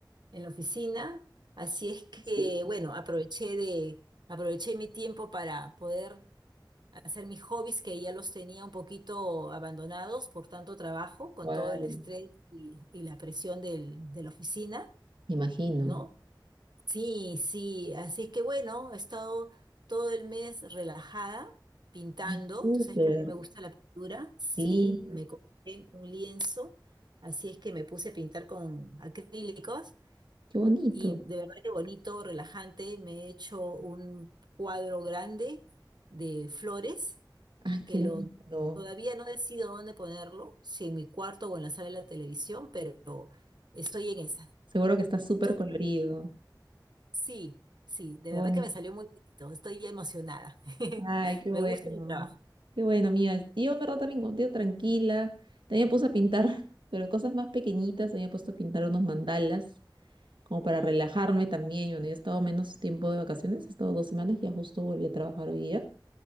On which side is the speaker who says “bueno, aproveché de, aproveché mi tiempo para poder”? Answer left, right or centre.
Right